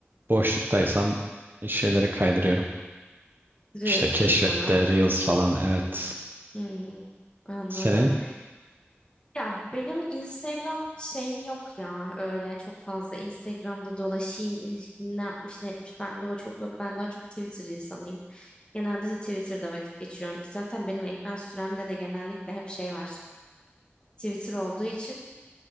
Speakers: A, on the right (about 50°); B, on the left (about 25°).
A: boşluktaysam şeyleri kaydırıyorum.
B: Reels
A: İşte keşfette
B: kısmına.
A: Reels falan evet.
B: Hmm, anladım.
A: Senin
B: Ya benim Instagram şeyim yok ya öyle çok fazla Instagram'da dolaşayım kim ne yapmış ne etmiş bende o çok yok ben daha çok Twitter insanıyım. Genelde de Twitter'da vakit geçiriyorum ki zaten benim ekran süremde de genellikle hep şey var. Twitter olduğu için